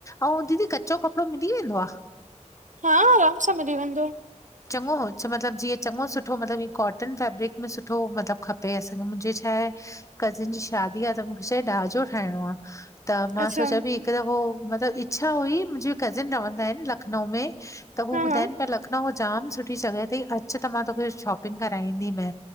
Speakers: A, on the left (about 25°); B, on the right (about 80°).
A: अऊं दीदी कचो कपिड़ो मिली वेंदो आ?
B: हा आराम सां मिली वंदो।
A: चङो अच्छा मतलबु जीअं चङो सुठो मतलबु ईअं कोटन फेब्रिक? सुठे में सुठो मतलबु खपे असांखे मुंहिंजे छा आहे कज़िन जी शादी आए त मूंखे छाए ॾाजो ठाहिणो आ। त मां
B: अच्छा
A: सोचां पई हिकु दफ़ो मतिलबु इच्छा हुई मुंजी कज़िन रहंदा आहिन लखनऊ में। त हू
B: हा
A: ॿुधाइन
B: हा
A: पिया लखनऊ- जाम सुठी जॻह अथई अचु त मां तोखे शॉपिंग कराईंदी मै।